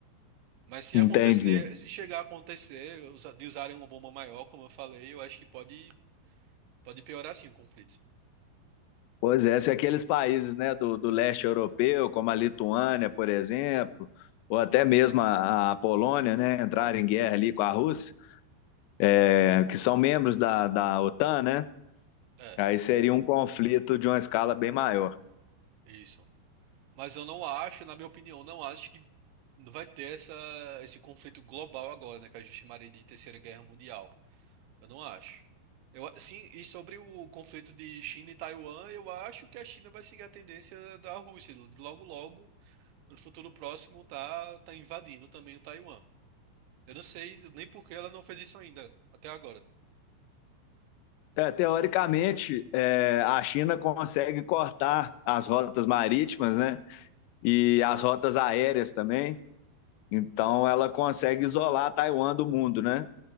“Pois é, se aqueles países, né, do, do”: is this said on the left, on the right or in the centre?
Left